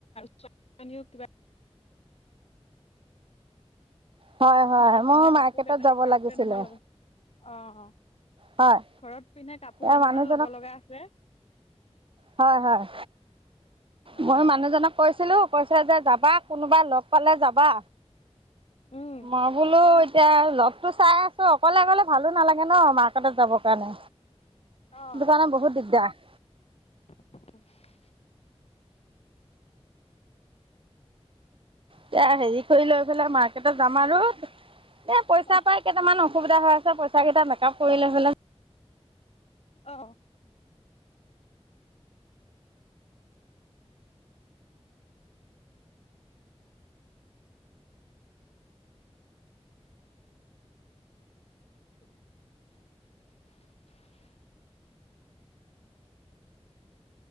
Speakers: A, on the left (about 70°); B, on the right (about 55°).
A: <unintelligible>
B: হয় হয়
A: ঘৰত
B: মোৰ
A: পিন্ধা কাপোৰ-কানি
B: মাৰ্কেটত যাব
A: কাপোৰ
B: লাগিছিলে
A: কেইটামান ল'ব লগীয়া আছে। অঁ', -অ',
B: হয়
A: ঘৰত পিন্ধা কাপোৰ
B: এই
A: কেইটামান
B: মানুহজনক
A: ল'ব লগা আছে।
B: হয়-হয়।
A: অ
B: মই মানুহজনক কৈছিলো- কৈছে যে যাবা কোনোবাক লগ পালে যাবা,
A: উম
B: মই বোলো- এতিয়া লগতো চাই আছো অকলে-অকলে ভালো নালাগে ন' মাৰ্কেটত যাবৰ কাৰণে।
A: অ
B: সেইটো কাৰণে বহুত দিগদাৰ।
A: <unintelligible>
B: এতিয়া হেৰি কৰি লৈ পেলাই মাৰ্কেটত যাম আৰু- এ' পইচা
A: অ
B: পাই কেইটামান অসুবিধা হৈ আছে, পইচা কেইটা মেকআপ কৰিলে হ'লে
A: অঁহ'। <unintelligible>